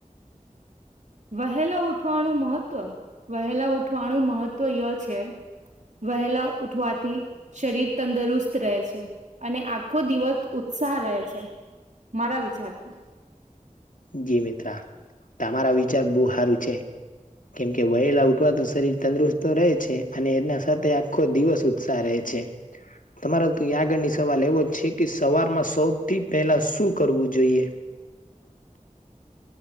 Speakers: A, on the right (about 65°); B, on the left (about 80°).
A: વહેલા ઉઠવાનું મહત્વ, વહેલા ઉઠવાનું મહત્વ ય છે. વહેલા ઉઠવાથી શરીર તંદરુસ્ત રહે છે. અને આખો દિવસ ઉત્સાહ રહે છે મારા વિચારથી.
B: જી મિત્રા, તમારા વિચાર બહુ સારું છે. કેમકે વહેલા ઉઠવા તો શરીર તંદુરસ્ત રહે છે અને એના સાથે આખો દિવસ સારો રહે છે. તમારા તો આગળની સવાલ એવો જ છે કે સવારમાં સૌથી પહેલાં શું કરવું જોઈએ?